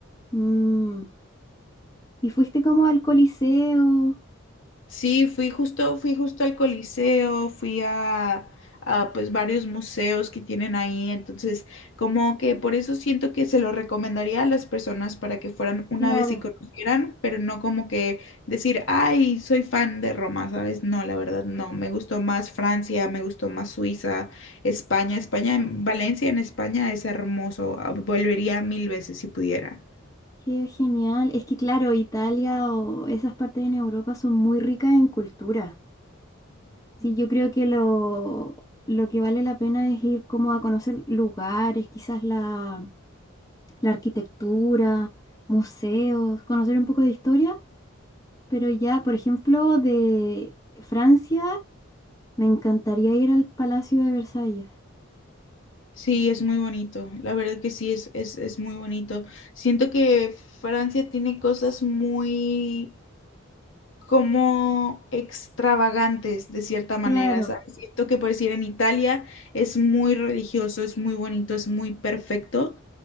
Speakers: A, on the left; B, on the left.
A: Mm, Y fuiste como al Coliseo.
B: Sí, fui justo, fui justo al Coliseo, fui a, a, pues varios museos que tienen ahí, entonces como que por eso siento que se lo recomendaría a las personas para que fueran una
A: Claro,
B: vez y conocieran, pero no como que decir, ay, soy fan de Roma, ¿sabes? No, la verdad no, me gustó más Francia, me gustó más Suiza, España, España, en- Valencia en España es hermoso, ah, volvería mil veces si pudiera.
A: qué genial. Es que claro, Italia o esas partes en Europa son muy ricas en cultura. Sí, yo creo que lo, lo que vale la pena es ir como a conocer lugares, quizás la, la arquitectura, museos, conocer un poco de historia. Pero ya, por ejemplo, de Francia, me encantaría ir al Palacio de Versalles.
B: Sí, es muy bonito. La verdad que sí, es, es, es muy bonito. Siento que Francia tiene cosas muy como extravagantes de cierta manera,
A: Claro.
B: ¿sabes? Siento que por decir en Italia es muy religioso, es muy bonito, es muy perfecto.